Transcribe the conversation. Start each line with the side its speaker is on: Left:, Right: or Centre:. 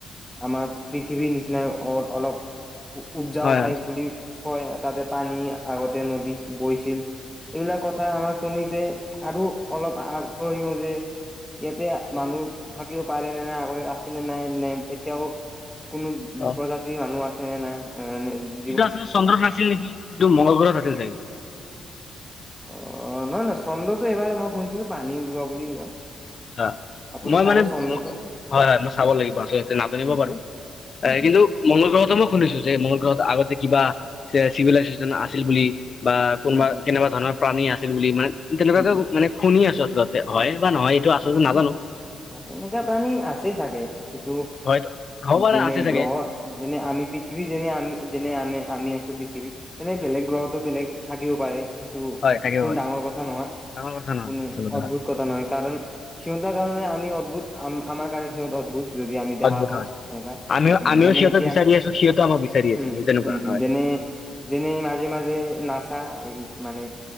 Centre: আমাৰ পৃথিৱীৰ নিচিনাই অ' অলপ উপজাও
Left: হয়
Centre: টাইপ
Left: হয়
Centre: বুলি কয় তাতে পানী আগতে নদী বৈছিল। এইবিলাক কথা আমাক শুনিতে আৰু অলপ আগ্ৰহীও যে ইয়াতে মানুহ থাকিব পাৰে নে নাই আগতে আছিলে নাই নে এতিয়াও কোনো
Left: অ
Centre: প্ৰজাতিৰ মানুহ আছে নে নাই এ <unintelligible>
Left: সিটো আছিল চন্দ্ৰত নাছিল নেকি? সিটো মংগল গ্ৰহত আছিল চাগে!
Centre: অ' নহয় নহয় চন্দ্ৰটো এইবাৰ মই শুনিছিলো পানী ওলোৱা বুলি কিবা।
Left: হয়
Centre: আপুনি
Left: মই
Centre: চাব
Left: মানে
Centre: চন্দ্ৰটো
Left: হয়হয় মই চাব লাগিব আচলতে নাজানিব
Centre: উম
Left: পাৰো।
Centre: উম উম
Left: এই কিন্তু মংগল গ্ৰহটো মই শুনিছো যে মংগল গ্ৰহত আগতে কিবা চিভিলাইজেচন আছিল বুলি। বা কোনোবা
Centre: উম উম
Left: কেনেবা ধৰণৰ প্ৰাণী আছিল বুলি মানে তেনেবাকে
Centre: উম উম
Left: মানে শুনি আছো আচলতে হয়। নহয়, এইটো আচলতে নাজানো
Centre: এনে, এনেকুৱা প্ৰাণী আছে চাগে। কিন্তু,
Left: হয় হ'ব পাৰে
Centre: যেনে
Left: আছে চাগে
Centre: গ্ৰহ যেনে আমি পৃথিৱী, যেনে আমি যেনে, আমি আমি আছো পৃথিৱী। তেনেকে বেলেগ গ্ৰহতো, বেলেগ থাকিব পাৰে। সেইটো
Left: হয় থাকিব
Centre: কোনো
Left: পাৰে
Centre: ডাঙৰ কথা নহয়
Left: ডাঙৰ কথা নহয়
Centre: কোনো
Left: আচলতে
Centre: অদ্ভুত
Left: হয়
Centre: নহয় কাৰণ সিহঁতৰ কাৰণে আমি অদ্ভুত আম আমাৰ কাৰণে সিহঁত অদ্ভুত। যদি আমি দেখা
Left: অদ্ভুত
Centre: পাওঁ
Left: হয়
Centre: সেনেকা
Left: আমিও
Centre: উম,
Left: আমিও
Centre: যেনে
Left: সিহঁতক
Centre: এতিয়া
Left: বিচাৰি আছো সিহঁতেও আমাক বিচাৰি আছে
Centre: উম।
Left: সেই তেনেকুৱা
Centre: উম, উম
Left: হয়
Centre: যেনে-যেনে মাজে মাজে নাচা এই মানে